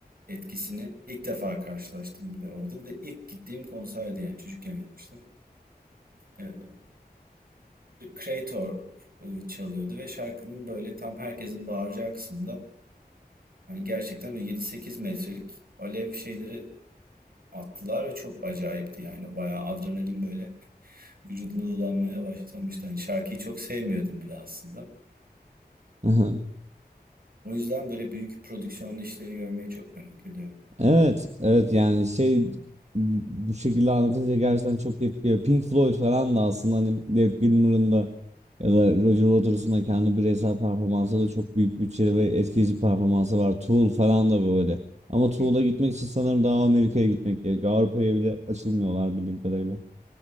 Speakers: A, on the right; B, on the right.
A: etkisini ilk defa karşılaştım bir de orada. Bir de ilk gittiğim konserdi yani çocukken gitmiştim. E, Creator e, çalıyordu ve şarkının böyle tam herkesin bağıracağı kısımda hani gerçekten böyle yedi sekiz metrelik alev şeyleri attılar ve çok acayipti yani bayağı adrenalin böyle vücuduma dolanmaya başlamıştı. Hani şarkıyı çok sevmiyordum bile aslında.
B: <laughs>
A: O yüzden böyle büyük prodüksiyonlu işleri görmeyi çok merak ediyorum.
B: Evet, evet yani şey bu şekilde anlatınca gerçekten çok keyifli geliyor. Pink Floyd falan da aslında hani David Gilmour'un da ya da Roger Waters'ın da kendi bireysel performansı da çok büyük bütçeli ve etkileyici performansı var. Tool falan da böyle. Ama Tool'a
A: Hı,
B: gitmek için sanırım daha Amerika'ya gitmek gerekiyor. Avrupa'ya bile açılmıyorlar bildiğim kadarıyla.